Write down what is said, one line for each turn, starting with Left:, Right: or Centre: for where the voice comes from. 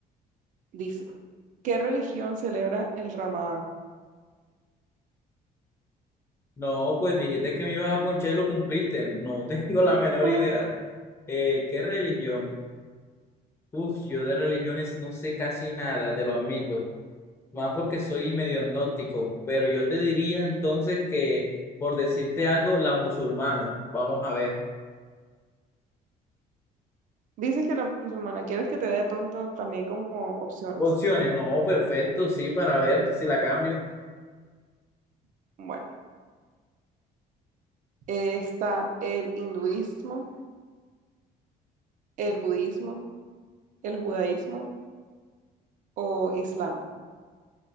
Right: Dice, ¿qué religión celebra el Ramadán?
Left: No, pues dijiste que me ibas a ponchar y lo cumpliste. No <laughs> tengo la menor
Right: <laughs>
Left: idea. Eh, ¿qué religión? Uf, yo de religiones no sé casi nada, te lo admito. Más porque soy medio agnóstico. Pero yo te diría entonces que, por decirte algo, la musulmana. Vamos a ver.
Right: Dices que la musulmana, ¿quieres que te dé de pronto también como opciones?
Left: Opciones. No, perfecto, sí, para ver si la cambio.
Right: Bueno, eh, está el hinduismo, el budismo, el judaísmo o islam.